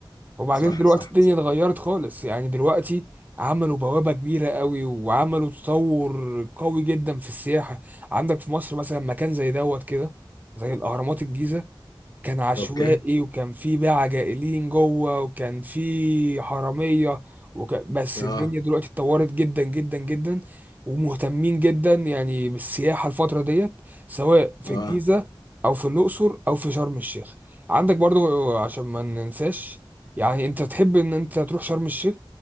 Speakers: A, on the right (about 20°); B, on the left (about 50°).
A: وبعدين
B: صح
A: دلوقتي
B: صح
A: الدنيا
B: صح
A: اتغيرت خالص يعني دلوقتي عملوا بوابة كبيرة قوي وعملوا تطور قوي جدا في السياحة عندك في مصر مثلا مكان زي دوت كده زي الأهرامات الجيزة كان عشوائي
B: اوكي
A: وكان في بقى عجائلين جوه وكان في حرامية وك... بس
B: آه.
A: الدنيا دلوقتي اتطورت جدا جدا جدا ومهتمين جدا يعني بالسياحة الفترة ديت سواء في
B: اه
A: الجيزة أو في الأقصر أو في شرم الشيخ عندك برضو عشان ما ننساش يعني أنت تحب إن أنت تروح شرم الشيخ